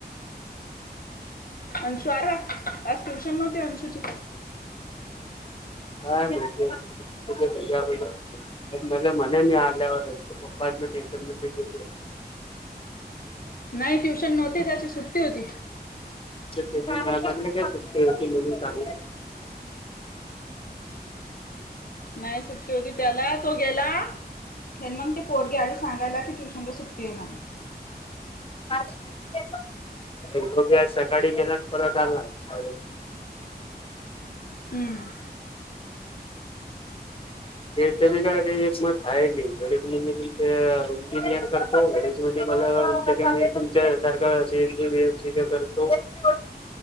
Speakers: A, on the left (about 55°); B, on the left (about 30°).
A: अंशु आला आज ट्यूशन नव्हती अंशुची
B: काय माहितेय <inaudible> मला म्हणे <inaudible> पप्पा म टेशन मध्ये गेलो
A: नाही ट्युशन नव्हती त्यांची सुट्टी होती.
B: काय म्हटले काय सुट्टी होती म्हणून, सांगून
A: नाही सुट्टी होती, त्याला तो गेला हेमंत ची पोरगी आली सांगायला की ट्युशनला सुट्टी आहे म्हणून
B: <unintelligible> सकाळी गेला आणि परत आला, साडे
A: हम्म
B: त्यांच बी एक मत हाय नाय <inaudible> इंजिनियर कर ज म्हणजे मला वाटत की मी तुमच्या सारखं सीएमी बीएम सी करतो <unintelligible>